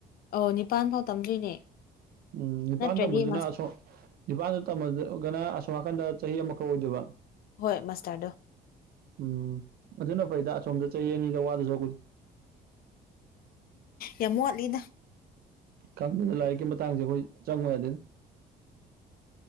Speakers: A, on the left (about 60°); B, on the right (about 65°).
A: ꯑꯣ ꯅꯤꯄꯥꯟ ꯐꯥꯎ ꯇꯝꯗꯣꯏꯅꯦ
B: ꯎꯝ ꯅꯤꯄꯥꯜ
A: ꯅꯠꯇ꯭ꯔꯗꯤ
B: ꯇꯝꯕꯗꯨꯅ
A: ꯃꯥꯁ
B: ꯑꯁꯣꯝ ꯅꯤꯄꯥꯜꯗꯣ ꯇꯝꯃꯒꯅ ꯑꯁꯣꯝ ꯅꯥꯀꯟꯗ ꯆꯍꯤ ꯑꯃꯈꯛ ꯑꯣꯏꯗꯣꯏꯕ
A: ꯍꯣꯏ ꯃꯥꯁꯇꯔꯗꯣ
B: ꯎꯝ ꯑꯗꯨꯅ ꯐꯩꯗ ꯑꯁꯣꯝꯗ ꯆꯍꯤ ꯑꯅꯤꯗ ꯋꯥꯗꯧ ꯁꯔꯨꯛꯄꯨꯗꯤ
A: ꯌꯥꯝ ꯋꯥꯠꯂꯤꯗ
B: ꯈꯪꯗꯦꯗ ꯂꯥꯏꯔꯤꯛꯀꯤ ꯃꯇꯥꯡꯁꯦ ꯑꯩꯈꯣꯏ ꯆꯪꯉꯨ ꯌꯥꯗꯦꯗ